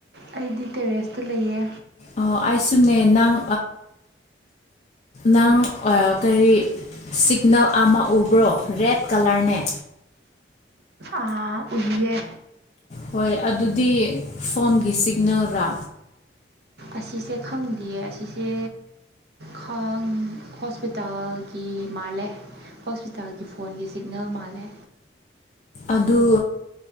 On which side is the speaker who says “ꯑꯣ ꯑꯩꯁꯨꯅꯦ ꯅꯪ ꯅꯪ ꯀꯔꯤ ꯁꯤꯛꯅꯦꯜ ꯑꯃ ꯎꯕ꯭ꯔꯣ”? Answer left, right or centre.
Left